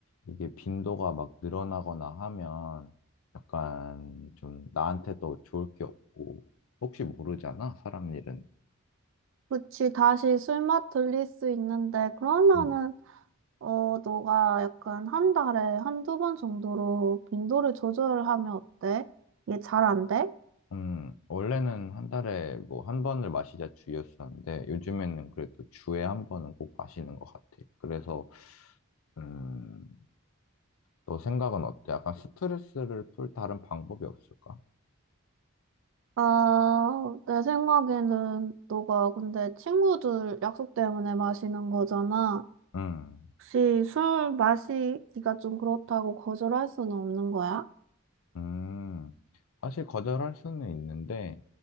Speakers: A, on the left; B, on the right.
A: 이게 빈도가 막 늘어나거나 하면 약간 좀 나한테도 좋을 게 없고 혹시 모르잖아, 사람 일은.
B: 그치 다시 술맛 들릴 수 있는데 그러면은
A: 음.
B: 어, 너가 약간 한 달에 한두 번 정도로 빈도를 조절하면 어때? 이게 잘 안 돼?
A: 음, 원래는 한 달에 뭐 한 번을 마시자 주였었는데 요즘에는 그래도 주에 한 번은 꼭 마시는 것 같아. 그래서 음, 너 생각은 어때? 약간 스트레스를 풀 다른 방법이 없을까?
B: 아, 내 생각에는 너가 근데 친구들 약속 때문에 마시는 거잖아.
A: 음.
B: 혹시 술 마시기가 좀 그렇다고 거절할 수는 없는 거야?
A: 음, 사실 거절할 수는 있는데,